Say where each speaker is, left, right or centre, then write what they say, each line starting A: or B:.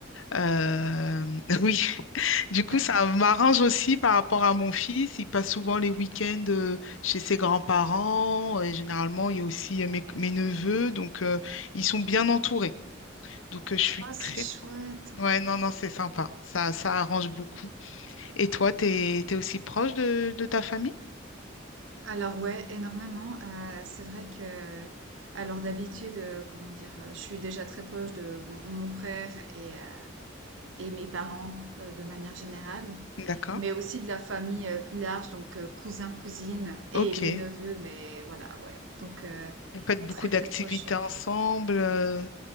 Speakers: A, on the left; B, on the right.
A: Euh,
B: Oh.
A: <laughs> oui, du coup,
B: <laughs>
A: ça m'arrange aussi par rapport à mon fils. Il passe souvent les week-ends euh, chez ses grands-parents. Et généralement, il y a aussi euh, mes, mes neveux, donc euh, ils sont bien entourés. Donc, euh, je suis
B: Ah, c'est
A: très,
B: chouette.
A: Ouais, non, non, c'est sympa. Ça, ça arrange beaucoup. Et toi, t'es, t'es aussi proche de, de ta famille?
B: Alors ouais, énormément. Euh, c'est vrai que, alors d'habitude, euh, comment dire, euh, je suis déjà très proche de mon, mon frère et, euh, et mes parents euh, de manière générale,
A: D'accord.
B: mais aussi de la famille euh, plus large, donc euh, cousins, cousines et
A: Ok.
B: les neveux, mais voilà, ouais. Donc euh,
A: Vous faites beaucoup
B: très
A: d'activités
B: très proche.
A: ensemble. euh,